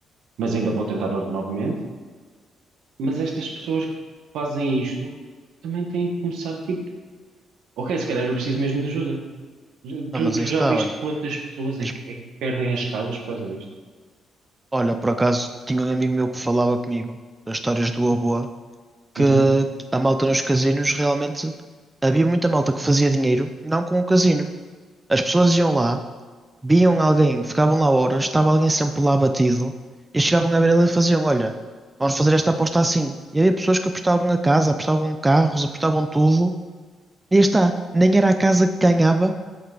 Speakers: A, on the right; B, on the right.
A: mas ainda vou tentar no- novamente. Mas estas pessoas que fazem isto também têm que começar, tipo, ok, se calhar eu preciso mesmo de ajuda.
B: Ah,
A: Tu,
B: mas
A: tu
B: aí está,
A: já viste
B: olha.
A: quantas pessoas
B: Diz-me.
A: é que, é que perdem as casas por causa disto?
B: Olha, por acaso, tinha um amigo meu que falava comigo das histórias do Aboa, que
A: Uhum,
B: a malta nos casinos realmente havia muita malta que fazia dinheiro não com o casino. As pessoas iam lá viam alguém, ficavam lá horas, estava alguém sempre lá batido, e chegavam a ver ele e faziam, olha, vamos fazer esta aposta assim. E havia pessoas que apostavam a casa, apostavam carros, apostavam tudo, e aí está, nem era a casa que ganhava,